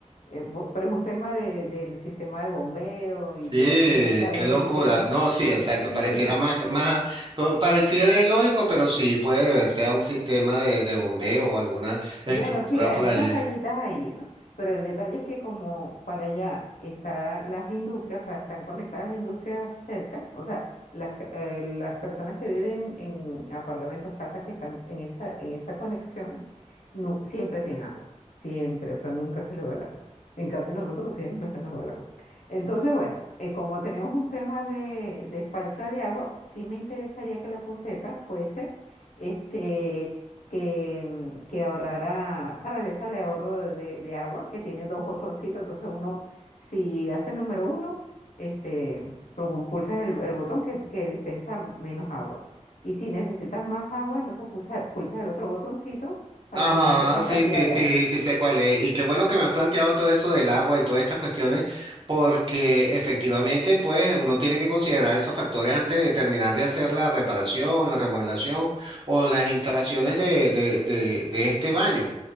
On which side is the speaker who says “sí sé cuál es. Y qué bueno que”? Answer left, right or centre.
Right